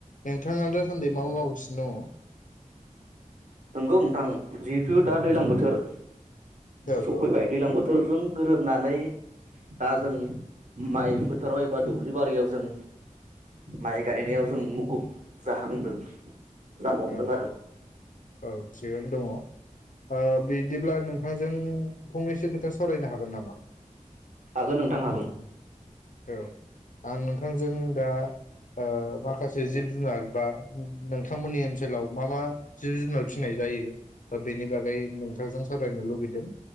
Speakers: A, on the left; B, on the right.
A: नोंथाङा दासान्दै मा मा मावगासिनो दंङ?
B: नोंगौ नोंथां जिहेथु दा दैलां बोथोर
A: दङ
B: सफैबाय
A: औ
B: दैलां बो फोर जों गोरोबनानै दा जों माइ फोथाराव एबा दुब्लिबारियाव जों माइ गायनायावजों मुखुब जाहांदों। जानो हमदों
A: औ
B: आरो
A: औ औ थिगानो दंङ ओ बिदिब्ला नोंथां जों फंनैसो खोथा सावरायनो हागोन नामा?
B: हागोन नोंथां हागोन
A: औ आं नोंथांजों दा ओ माखासे जिब जुनार बा नोंथांमोननि ओनसोलाव मा मा जिब जुनार फिनाय जायो बेनि बागै नोंथांजों सावरायनो लुबैदों